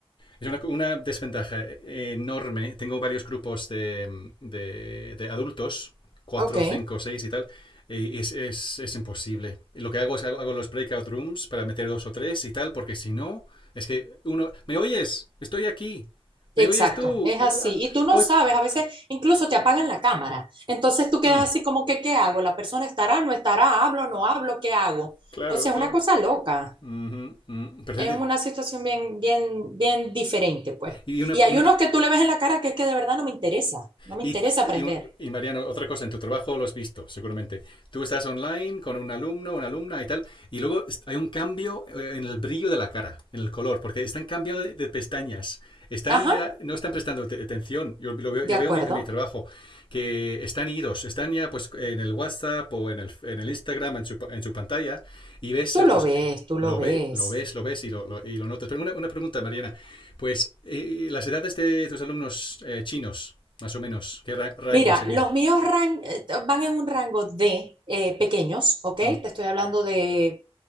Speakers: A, on the left; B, on the right.
A: es una, una desventaja enorme. Tengo varios grupos de, de, de adultos, cuatro
B: Ok,
A: 5 6 y tal, y es, es, es imposible. Lo que hago es hago, hago los breakout rooms para meter dos o tres y tal, porque si no, es que uno, ¿me oyes? Estoy aquí.
B: exacto,
A: ¿Me oyes tú?
B: es
A: Eh,
B: así.
A: ah,
B: Y tú no
A: hoy...
B: sabes, a veces incluso te apagan la cámara. Entonces tú quedas
A: Mm,
B: así como que, ¿qué hago? ¿La persona estará, no estará? ¿Hablo, no hablo? ¿Qué hago?
A: claro,
B: O sea,
A: claro.
B: es una cosa loca.
A: Ujú, mm. Pero,
B: Es una situación bien, bien, bien diferente, pues.
A: y una,
B: Y hay
A: una-
B: unos que tú le ves en la cara que es que de verdad no me interesa, no me
A: Y,
B: interesa aprender.
A: y, y, Mariano, otra cosa, en tu trabajo lo has visto, seguramente. Tú estás online con un alumno, una alumna y tal, y luego hay un cambio eh, en el brillo de la cara, en el color, porque están cambiando de, de pestañas. Están
B: Ajá,
A: ya, no están prestando atención. Yo, lo veo,
B: de
A: yo
B: acuerdo.
A: veo mi- en mi trabajo que están idos, están ya pues en el WhatsApp o en el, en el Instagram, en su, en su pantalla, y ves
B: Tú lo
A: los
B: ves, tú
A: lo
B: lo ves.
A: ve, lo ves, lo ves y lo, lo- y lo notas. Pero una, una pregunta, Mariana. Pues, eh, ¿las edades de tus alumnos eh, chinos, más o menos? ¿Qué ra- rango
B: Mira,
A: sería?
B: los míos ran- eh, van en un rango de eh, pequeños, ¿ok? Te
A: Mm.
B: estoy hablando de